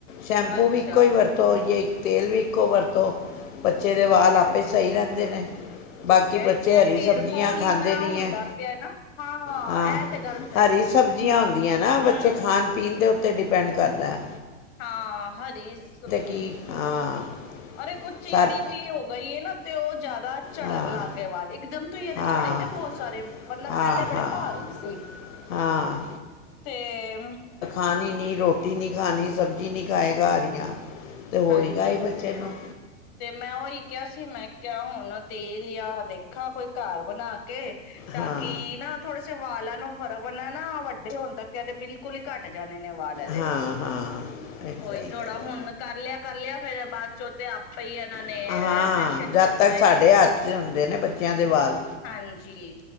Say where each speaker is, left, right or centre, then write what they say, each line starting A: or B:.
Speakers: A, on the left (about 75°); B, on the left (about 45°).
A: ਸ਼ੈਂਪੂ
B: ਅੱਛਾ
A: ਵੀ ਇੱਕੋ ਹੀ ਵਰਤੋ ਜੇ ਤੇਲ ਵੀ ਇੱਕੋ ਵਰਤੋ ਬੱਚੇ
B: ਠੀਕ
A: ਦੇ ਵਾਲ
B: ਹੈ
A: ਆਪੇ ਸਹੀ ਰਹਿਨ ਦੇ ਨੇ।
B: ਠੀਕ
A: ਬਾਕੀ
B: ਹੈ।
A: ਬੱਚੇ
B: ਇੱਕ ਤੇ ਐ
A: ਹਰੀ
B: ਹੇਅਰ
A: ਸਬਜ਼ੀਆਂ
B: ਫੋਲ
A: ਖਾਂਦੇ
B: ਇੰਨਾ
A: ਨਹੀਂ
B: ਹੁੰਦਾ
A: ਹੈ
B: ਪਿਆ ਨਾ
A: ਹਾਂ।
B: ਇਹ ਤੇ ਗੱਲ ਸਹੀ
A: ਹਰੀ
B: ਹੈ
A: ਸਬਜ਼ੀਆਂ ਹੁੰਦੀਆਂ ਨਾ,
B: ਹਮ
A: ਬੱਚੇ ਖਾਣ ਪੀਣ ਦੇ ਉੱਤੇ ਡਿਪੈਂਡ ਕਰਦਾ ਐ।
B: ਹਾਂ ਹਰੀ ਸਬ,
A: ਕੀ ਹਾਂ
B: ਅਰੇ ਕੁਝ ਚਿੜੀ
A: ਸਰ
B: ਵੀ ਹੋ ਗਈ ਏ ਨਾ ਤੇ ਉਹ ਜ਼ਿਆਦ ਦਾ ਝੜਨ
A: ਹਾਂ
B: ਲਗੇ ਵਾਲ। ਇੱਕਦਮ ਤੋਂ ਈ‌ ਐਦੇ
A: ਹਾਂ
B: ਦੇ ਚੜੇ ਨੇ ਬਹੁਤ ਸਾਰੇ, ‌ ਵਰਨਾ
A: ਹਾਂ
B: ਪਹਿਲੇ ਬੜੇ
A: ਹਾਂ
B: ਭਾਰੇ ਸੀ,
A: ਹਾਂ
B: ਤੇ ਹੁਣ
A: ਪਾਣੀ ਨਹੀਂ ਰੋਟ ਟੀ ਨੀ ਖਾਣੀ ਸਬਜ਼ੀ ਨੀ ਖਾਏਗਾ ਹਰੀਆਂ। ਤੇ ਹੋਏਗਾ
B: ਹਾਂਜੀ
A: ਈ ਬੱਚੇ ਨੂੰ
B: ਤੇ ਮੈਂ ਉਹੀ ਕਿਹਾ ਸੀ ਮੈਂ ਕਿਹਾ ਹੁਣ ਤੇਲ ਯਾ ਦੇਖਾ ਕੋਈ ਘਰ ਬਣਾ ਕੇ ਤਾਂਕੀ
A: ਹਾਂ
B: ਨਾ ਥੋੜੇ ਸੇ ਵਾਲਾਂ ਨੂੰ ਫਰਕ, ਵਰਨਾ ਨਾ ਵੱਡੇ ਹੋਣ ਤੱਕ ਐਦੇ ਬਿਲਕੁਲ ਈ ਘੱਟ ਜ ਜਾਣੇ ਨੇ ਵਾਲਾ ਐਦੇ
A: ਹਾਂ ਹਾਂ ਏਦਾਂ
B: ਉਹੀ
A: ਹੀ
B: ਥੋੜਾ
A: ਕਰ ਰਹੇ
B: ਹੁਣ ਕਰ ਲਿਆ, ਕਰ ਲਿਆ। ਫੇਰ ਬਾਅਦ ਜੋ ਤੇ ਆਪ ਪਈ ਇਹਨਾਂ ਨੇ
A: ਹੋ। ਹਾਂ
B: ਐ ਫੈਸ਼ਨ
A: ਜਦ
B: ਕਰਨਾ
A: ਤੱਕ ਸਾਡੇ
B: ਐ ਤੇ,
A: ਹੱਥ 'ਚ ਹੁੰਦੇ ਨੇ ਬੱਚਿਆਂ ਦੇ ਵਾਲ
B: ਹਾਂਜੀ,